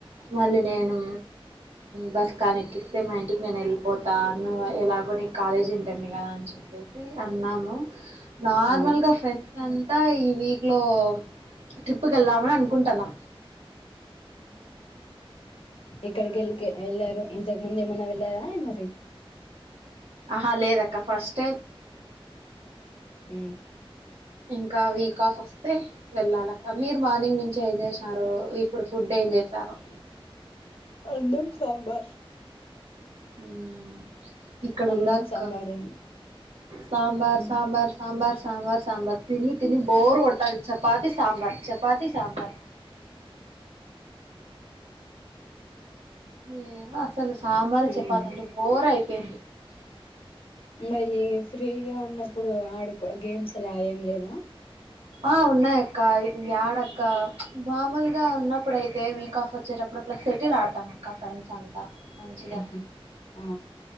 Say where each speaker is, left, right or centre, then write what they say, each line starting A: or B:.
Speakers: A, on the right; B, on the left.
A: మళ్ళీ నేను బస్ కానెక్కిస్తే మా ఇంటికి నేన్ ఎళ్ళిపోతాను. ఎలాగో నీక్ కాలేజ్ ఉంటుంది కదా అని చెప్పేసి అన్నాము నార్మల్గా
B: ఆ
A: ఫ్రెండ్స్ అం అక్కా ఈ వీక్లో ట్రిప్పుకి వెళ్ళమా అని అనుకుంటానం
B: ఎక్కడి కెల్ ఎల్లారు ఇంతక్ ముంద్ ఏమన్నా వెళ్లారా బాయ్ మరి
A: ఆహా లేదక్క ఫస్ట్ టైం
B: మ్
A: ఇంకా వీక్ ఆఫ్ వస్తే వెళ్ళాలక్క మీరు మార్నింగ్ నుంచి ఏం చేసినారు ఇప్పుడు ఫుడ్ ఏం చేశారు.
B: అన్నం, సాంబార్
A: హ్మ్ ఇక్కడ
B: అన్నం
A: గుడా అక్క
B: సాంబారేమో
A: సాంబార్
B: ఉమ్
A: సాంబార్ సాంబార్ సాంబార్ సాంబార్ తిని తిని బోర్ కొడ్తది చపాతి సాంబార్ చపాతి సాంబార్ ఏ బస్ అసలు సాంబార్
B: ఉమ్
A: చపాతంటే బోర్ అయి ఓకే
B: మరి ఫ్రీగా ఉన్నప్పుడు ఆడుకో గేమ్స్ అలా ఏం లేవా
A: ఆ ఉన్నాయి అక్క యాడ ఒక మామూల్గా ఉన్నప్పుడైతే వీక్ ఆఫ్ వచ్చేటప్పుడు అట్లా షటిల్ ఆడతాం అక్క ఫ్రెండ్స్ అంతా మంచిగా
B: ఆహ ఆ